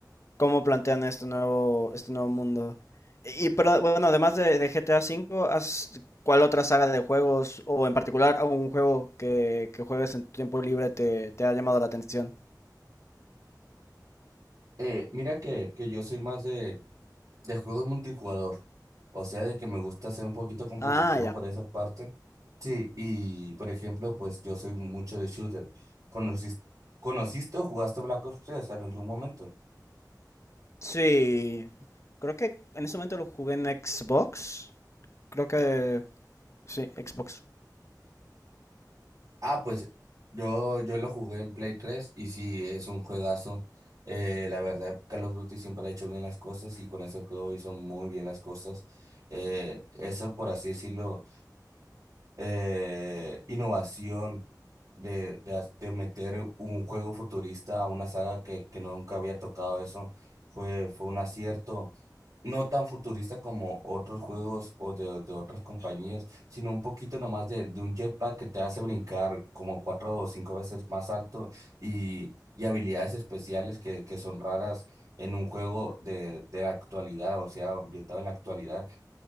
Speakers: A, on the left (about 40°); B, on the right (about 55°).
A: cómo plantean este nuevo, este nuevo mundo. Y pero bueno, además de, de GTA cinco ¿has- ¿cuál otra saga de juegos o en particular algún juego que, que juegues en tu tiempo libre te, te ha llamado la atención?
B: Eh, mira que, que yo soy más de, de juegos multijugador, o sea, de que me gusta ser un poquito competitivo
A: Ah, ya.
B: por esa parte. Sí, y por ejemplo, pues yo soy mucho de shooter. ¿Conociste, conociste o jugaste Black Ops tres en algún momento?
A: Sí. Creo que en ese momento lo jugué en Xbox. Creo que sí, Xbox.
B: Ah, pues yo, yo lo jugué en Play 3 y sí, es un juegazo. Eh, la verdad, Call of Duty siempre ha hecho bien las cosas y con ese juego hizo muy bien las cosas. Eh, eso, por así decirlo eh, innovación de, de, ha- de meter un juego futurista a una saga que, que nunca había tocado eso. Fue, fue un acierto, no tan futurista como otros juegos o de, de otras compañías, sino un poquito nomás de, de un jetpack que te hace brincar como cuatro o cinco veces más alto y, y habilidades especiales que, que son raras en un juego de, de la actualidad, o sea, ambientado en la actualidad